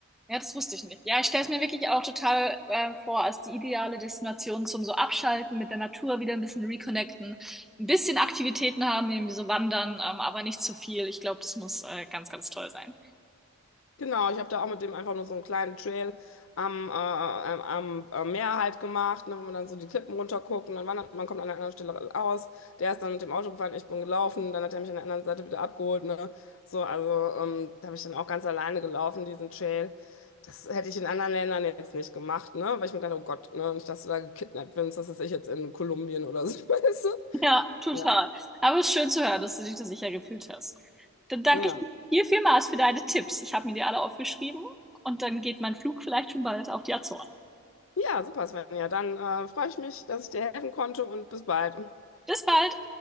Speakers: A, in the centre; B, on the left (about 65°).
A: Ja, das wusste ich nicht. Ja, ich stelle es mir wirklich auch total äh, vor als die ideale Destination zum so Abschalten, mit der Natur wieder ein bisschen reconnecten, ein bisschen Aktivitäten haben, irgendwie so wandern, ähm, aber nicht zu viel. Ich glaube, das muss äh, ganz, ganz toll sein.
B: Genau, ich habe da auch mit dem einfach nur so einen kleinen Trail am, äh, am, am am Meer halt gemacht, ne, wo man dann so die Klippen runterguckt und dann wandert man, kommt an einer anderen Stelle aus. Der ist dann mit dem Auto gefahren, ich bin gelaufen, dann hat er mich an der anderen Seite wieder abgeholt. Ne? So, also ähm, da habe ich dann auch ganz alleine gelaufen, diesen Trail. Das hätte ich in anderen Ländern jetzt nicht gemacht, ne? Weil ich mir dachte, oh Gott, ne? Nicht, dass du da gekidnappt wirst, das ist ich jetzt in Kolumbien oder so, <laughs> weißt du?
A: Ja, total.
B: Ja,
A: Aber es ist schön zu hören, dass du dich da sicher gefühlt hast. Dann danke
B: ja.
A: ich dir vielmals für deine Tipps. Ich habe mir die alle aufgeschrieben und dann geht mein Flug vielleicht schon bald auf die Azoren.
B: Ja, super, Svenja. Dann äh, freue ich mich, dass ich dir helfen konnte und bis bald.
A: Bis bald!